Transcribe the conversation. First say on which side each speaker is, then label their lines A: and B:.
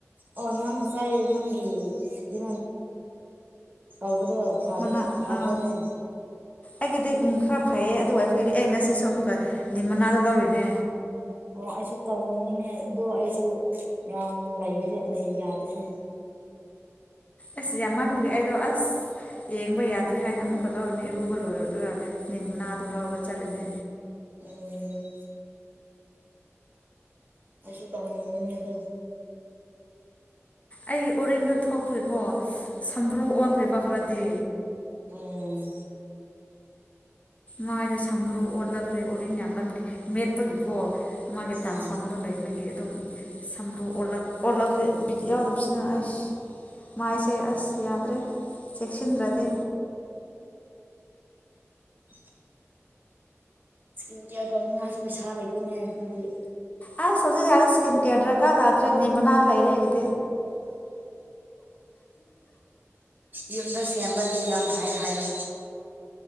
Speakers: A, on the right; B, on the left.
A: ꯑꯣ ꯅꯪ ꯉꯥꯏ ꯅꯪꯤ ꯏ ꯐꯕꯗꯣ
B: ꯃꯅꯥ
A: ꯐꯥꯕꯒꯅꯦ
B: ꯑꯥ ꯑꯩꯒꯤꯗꯤ ꯈꯔ ꯐꯩꯌꯦ ꯑꯗꯨ ꯍꯥꯏꯕꯒꯤꯡ ꯑꯦ ꯉꯁꯤꯁꯨ ꯑꯃꯨꯛꯀ ꯂꯤ ꯃꯅꯥꯗ ꯂꯧꯔꯨꯅꯦ
A: ꯑꯣ ꯑꯩꯁꯨ ꯇꯧꯅꯤꯡꯉꯤꯅꯦ ꯑꯗꯣ ꯑꯩꯁꯨ ꯌꯥꯝ ꯂꯩꯈ꯭ꯔꯦ ꯂꯩ ꯌꯥꯗ꯭ꯔꯤꯅꯦ <unintelligible>
B: ꯑꯁ ꯌꯥꯝ ꯃꯥꯟꯕꯒꯤ ꯑꯩꯗꯣ ꯑꯁ ꯌꯦꯡꯕ ꯌꯥꯗ꯭ꯔꯦ ꯍꯥꯏꯅ ꯑꯃꯨꯛꯀ ꯂꯧꯔꯅꯦ ꯏꯔꯨꯕ ꯂꯣꯏꯔꯒ ꯅꯤꯅꯥꯗꯣ ꯂꯧꯔꯒ ꯆꯠꯂꯅꯦ
A: ꯎ ꯑꯁꯨ ꯇꯧꯉꯅꯤ ꯑꯗꯣ
B: ꯑꯩ ꯑꯣꯔꯤꯡꯗꯣ ꯊꯣꯛꯄꯨꯏꯦꯀꯣ ꯁꯝꯕ꯭ꯔꯨ ꯑꯣꯟꯈ꯭ꯔꯦꯔꯤꯕ ꯈꯔꯗꯤ
A: ꯎ
B: ꯃꯥꯥꯏꯗ ꯁꯝꯕ꯭ꯔꯨ ꯑꯣꯜꯂꯛꯈ꯭ꯔꯦ ꯑꯣꯔꯤꯟ ꯌꯥꯝꯃꯟꯒꯦ ꯃꯦꯠꯄꯒꯤꯀꯣ ꯃꯥꯒꯤ
A: ꯎꯝ
B: ꯗꯥꯛꯐꯝꯗꯨꯣ ꯂꯩꯕꯒꯤ ꯑꯗꯨꯝ ꯁꯝ꯭ꯔꯨ ꯑꯣꯂ ꯑꯣꯜꯂꯛꯈ꯭ꯔꯦ ꯕꯤꯠ ꯌꯥꯎꯗꯕꯁꯤꯅ ꯑꯩ ꯃꯥꯏꯁꯦ
A: ꯎꯝ
B: ꯑꯁ ꯌꯥꯗ꯭ꯔꯦ ꯆꯦꯛꯁꯤꯟꯗ꯭ꯔꯗꯤ
A: <unintelligible> ꯏꯁꯀꯤꯝ ꯀꯦꯌꯥꯔ ꯇꯧꯅꯤꯡꯉꯥꯏꯁꯨ ꯄꯩꯁꯥ ꯂꯩꯗꯣꯏꯅꯦ ꯑꯩꯈꯣꯏꯗꯤ
B: ꯑ ꯁꯖ ꯌꯥꯔꯦ ꯏꯁꯀꯤꯟ ꯀꯦꯔ ꯗ꯭ꯔꯛꯀꯗ꯭ꯔꯦꯅꯤꯅ ꯂ ꯂꯩꯔꯦꯒ
A: ꯌꯨꯝꯗ ꯁꯦꯝꯕꯗꯤ ꯌꯥꯝ ꯐꯩ ꯌꯥ ꯍꯥꯏꯌꯣ